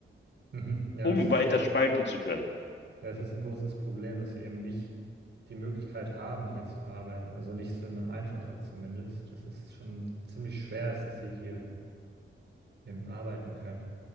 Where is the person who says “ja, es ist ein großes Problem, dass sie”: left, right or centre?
Right